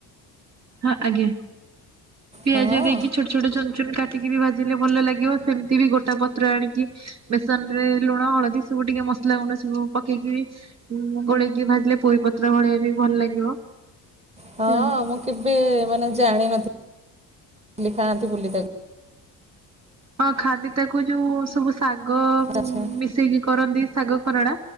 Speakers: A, on the right (about 40°); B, on the right (about 15°).
A: ହଁ ଆଜ୍ଞା, ପିଆଜ
B: ହଁ
A: ଦେଇକି ଛୋଟ ଛୋଟ ଚୁନଚୁନ୍ କା କାଟିକି ବି ଭାଜିଲେ ଭଲ ଲାଗିବ, ସେମିତି ବି ଗୋଟା ପତ୍ର ଆଣିକି ବେସନରେ ଲୁଣ ହଳଦୀ ସବୁ ଟିକେ ମ ମସଲା ଗୁଣ୍ଡ ସବୁ ପକେଇକି ଗୋଳେଇକି ଭାଜିଲେ ପୋଇ ପତ୍ର ଭଳି ବି ଭଲ ଲାଗିବ। ଏମିତି
B: ହଁଅ-ଅ
A: ଆଉ
B: ମୁଁ କେବେ ମାନେ ଜାଣିନଥି ଲି ଖାଆନ୍ତି ବୋଲି ତାକୁ।
A: ହଁ ଖାଆନ୍ତି, ତାକୁ ଯୋଉ ସବୁ ଶାଗ
B: ଆଚ୍ଛା
A: ମିଶେଇକି କରନ୍ତି ଶାଗ ଖରଡା